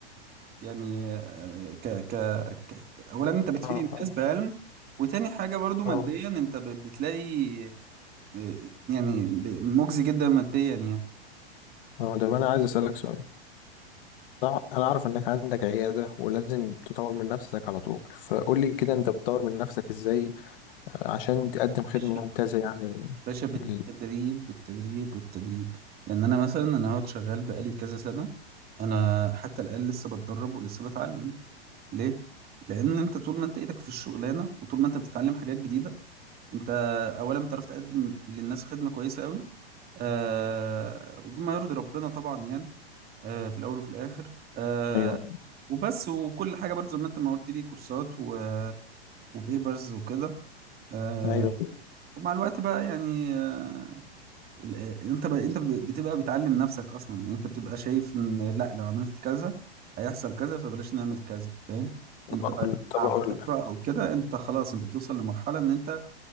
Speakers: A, on the right (about 30°); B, on the left (about 55°).
A: يعني آه، ك... ك... ك... ك- اولا انت بتفيد
B: اه
A: الناس
B: اه
A: بعلم وتاني حاجة برضو ماديا
B: آه.
A: انت ب... بتلاقي آه، يعني ب... مجزي جدا ماديا يعني
B: اه ده انا عايز اسالك سؤال انا أنا عارف انك عندك عياده ولازم تطور من نفسك على طول فقول لي كده انت بتطور من نفسك ازاي آه، عشان تقدم خدمه
A: ف...
B: ممتازه يعني لل...
A: باشا بالتدريب
B: لل...
A: بالتدريب والتدريب يعني انا مثلا انا اهوت شغال بقالي كذا سنه انا حتى الان لسه بتدرب ولسه بتعلم ليه لان انت طول ما انت ايدك في الشغلانه وطول ما انت بتتعلم حاجات جديده انت اولا بتعرف تقدم للناس خدمه كويسه قوي آه وبما يرضي ربنا طبعا يعني آه في الاول وفي الاخر آه
B: ايوه
A: وبس وكل حاجه برضه زي ما انت ما قلت لي كورسات و... وبيبرز وكده آه
B: ايوه
A: ومع الوقت بقى يعني آه، ال- آه، انت ب... انت ب... بتبقى بتعلم نفسك اصلا يعني انت بتبقى شايف ان لا لو عملت كذا هيحصل كذا فبلاش نعمل كذا فاهم
B: طب
A: انت
B: اقول
A: بقى
B: طب
A: على
B: اقول
A: الخبرة
B: لك
A: او كده انت خلاص انت بتوصل لمرحلة ان انت